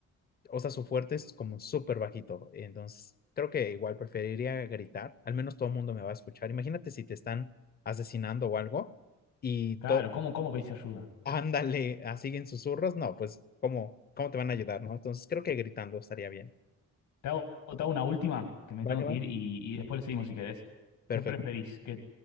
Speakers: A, on the left; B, on the left.
A: o sea, su fuerte es como súper bajito. Entonces, creo que igual preferiría gritar, al menos todo el mundo me va a escuchar. Imagínate si te están asesinando o algo y
B: Claro,
A: todo,
B: ¿cómo, cómo pedís ayuda?
A: ándale, así en susurros, no, pues, ¿cómo, cómo te van a ayudar, no? Entonces, creo que gritando estaría bien.
B: Te hago, te hago una última, que me tengo
A: ¿Va que
B: que
A: va?
B: ir y, y después le seguimos si querés.
A: Perfecto.
B: ¿Qué preferís? ¿Que